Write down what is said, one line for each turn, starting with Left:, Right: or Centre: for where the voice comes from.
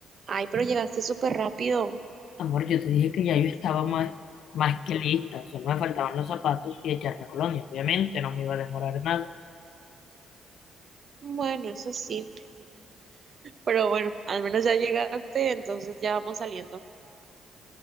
Right: Ay, pero llegaste súper rápido.
Left: Amor, yo te dije que ya yo estaba más, más que lista, solo me faltaban los zapatos y echarme colonia. Obviamente no me iba a demorar nada.
Right: Bueno, eso sí. Pero bueno, al menos ya llegaste, entonces ya vamos saliendo.